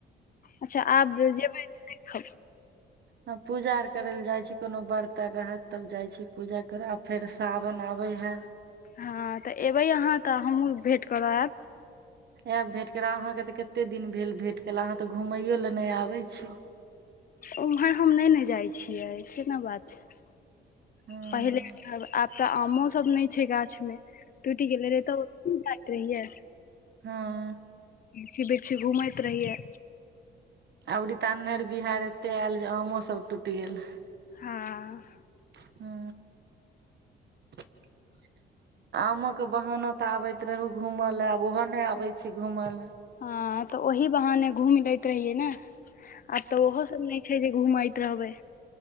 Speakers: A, on the left; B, on the right.
A: अच्छा आब जेबै तऽ देखब।
B: हं पूजा आर करै ले जाइ छी कोनो व्रत आ रहत तब जाइ छी पूजा करऽ आ फेर सावन आबै हे।
A: हँ तऽ एबै अहाँ तऽ हमहूँ भेँट करऽ एब।
B: एब भेट करऽ, अहाँके तऽ कते दिन भेल भेट केला, अहाँ तऽ घूमैयो लए नै आबै छी।
A: ओमहर हम नै न जाइ छियै से न बात छै।
B: हँ
A: पहिले, आब तऽ आमो सब नै छै गाछ में, टुइट गेल रहै तऽ नै जाइत रहियै।
B: हँ।
A: जे बिछे घूमैत रहियै।
B: अबरि त अन्हर बिहारि एते एल जे आमो सभ टूटि गेल।
A: हँ।
B: ह <inaudible> आमो के बहाना तऽ आबैत रहू घूमऽ ले, आब त ओहो नै आबै छी घूमऽ ले।
A: हँ तऽ ओहि बहाने घुमि लैत रहियै ने, आब तऽ ओहो सब नहि छै जे घुमैत रहबै।